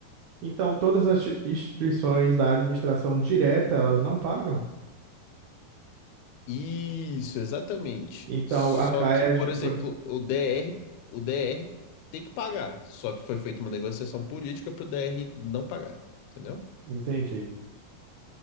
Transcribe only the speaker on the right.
então todas as instituições da administração direta, elas não pagam?
Então
a CAERD,
por...
entendi.